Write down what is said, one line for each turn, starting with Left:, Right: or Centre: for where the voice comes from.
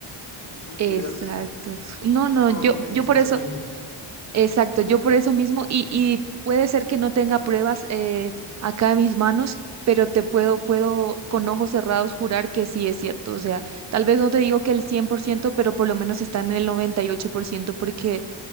Left: tú supieras
Right: Exacto. Uf, No, no,
Left: todo
Right: yo,
Left: lo que dice
Right: yo por
Left: ese
Right: eso
Left: libro.
Right: Exacto, yo por eso mismo, y, y puede ser que no tenga pruebas eh, acá en mis manos, pero te puedo, puedo con ojos cerrados jurar que sí es cierto. O sea, tal vez no te digo que el 100%, pero por lo menos está en el 98% porque